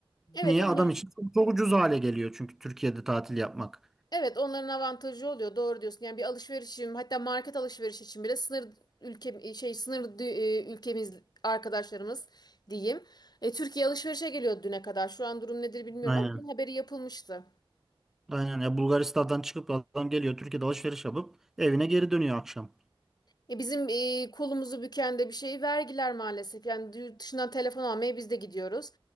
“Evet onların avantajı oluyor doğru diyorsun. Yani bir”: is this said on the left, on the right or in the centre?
Left